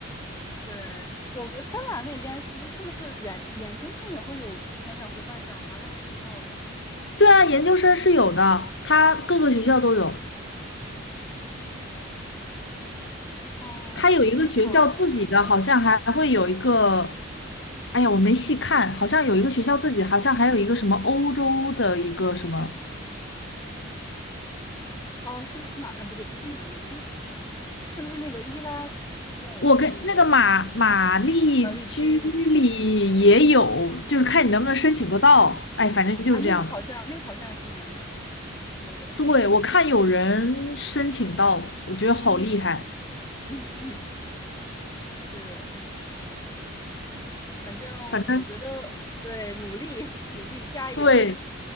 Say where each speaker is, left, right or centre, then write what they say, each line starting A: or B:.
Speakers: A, on the left; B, on the left.
A: 对，我们芬兰那边其实是不是研研究生也会有全奖或者半奖吗？那还挺好的。
B: 对啊，研究生是有的，它各个学校都有，
A: 哦，
B: 它有一个学校自己的，
A: 真好。
B: 好像还会有一个，
A: 嗯
B: 哎呀，我没细看，好像有一个学校自己，
A: 嗯，
B: 好像还有一个什么欧洲的一个什么。
A: 哦，是不是马？哎，不对，不是玛丽，哎，是不是那个伊拉斯莫斯
B: 我跟那个马马丽居里也有，
A: 玛丽居里？
B: 就是看你能不能申请得到。
A: 嗯，
B: 哎，反正就是这样的。
A: 哎，那个好像，那个好像还是蛮难的，那个，
B: 对，我看有人申请到，我觉得好厉害。
A: 嗯嗯。<laughs> 是，反正我觉得对，
B: 反正
A: 努力努力加油。
B: 对